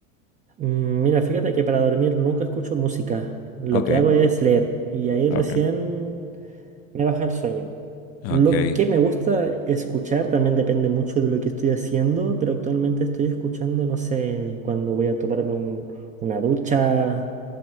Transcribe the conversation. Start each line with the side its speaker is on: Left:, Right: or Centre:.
Right: Mm, Mira, fíjate que para dormir nunca escucho música. Lo
Left: Ok,
Right: que hago es leer y ahí
Left: ok,
Right: recién me baja el sueño.
Left: ok.
Right: Lo que me gusta escuchar también depende mucho de lo que estoy haciendo, pero actualmente estoy escuchando, no sé, cuando voy a tomarme un- una ducha,